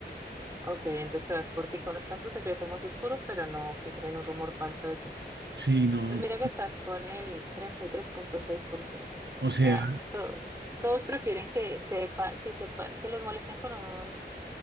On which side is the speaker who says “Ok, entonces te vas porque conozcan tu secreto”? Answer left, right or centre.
Right